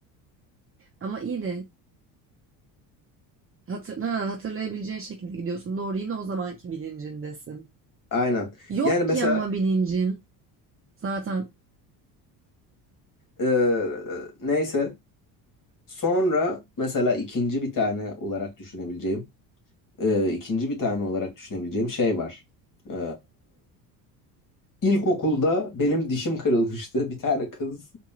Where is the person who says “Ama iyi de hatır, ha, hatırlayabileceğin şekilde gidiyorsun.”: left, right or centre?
Right